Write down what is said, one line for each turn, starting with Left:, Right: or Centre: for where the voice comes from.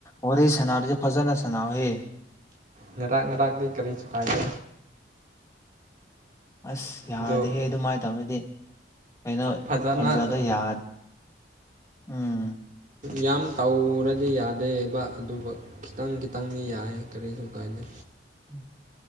Left: ꯋꯥꯔꯤ ꯁꯥꯟꯅꯔꯗꯤ ꯐꯖꯅ ꯁꯥꯟꯅꯧꯍꯦ
Right: ꯉꯔꯥꯛ ꯉꯔꯥꯛꯇꯤ ꯀꯔꯤꯁꯨ ꯀꯥꯏꯗꯦ
Left: ꯑꯁ ꯌꯥꯗꯦꯍꯦ
Right: ꯑꯗꯨ
Left: ꯑꯗꯨꯃꯥꯏꯅ ꯇꯧꯔꯗꯤ ꯀꯩꯅꯣ
Right: ꯐꯖꯅ
Left: ꯈꯣꯟꯖꯦꯜꯗꯣ ꯌꯥ ꯎꯝ
Right: ꯌꯥꯝ ꯇꯧꯔꯗꯤ ꯌꯥꯗꯦꯕ ꯑꯗꯨꯕꯨ ꯈꯤꯇꯪ ꯈꯤꯇꯪꯗꯤ ꯌꯥꯏꯌꯦ ꯀꯔꯤꯁꯨ ꯀꯥꯏꯗꯦ
Left: ꯎꯝ